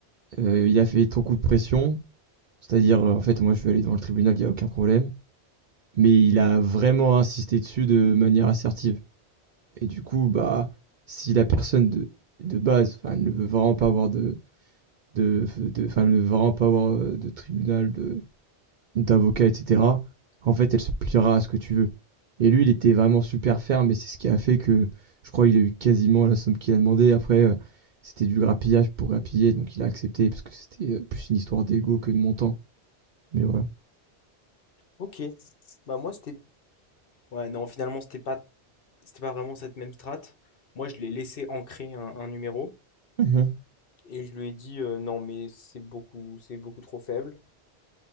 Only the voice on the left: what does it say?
Ok. Bah moi, c'était... Ouais, non, finalement, c'était pas, c'était pas vraiment cette même strate. Moi, je l'ai laissé ancrer un, un numéro
et je lui ai dit euh, non, mais c'est beaucoup, c'est beaucoup trop faible.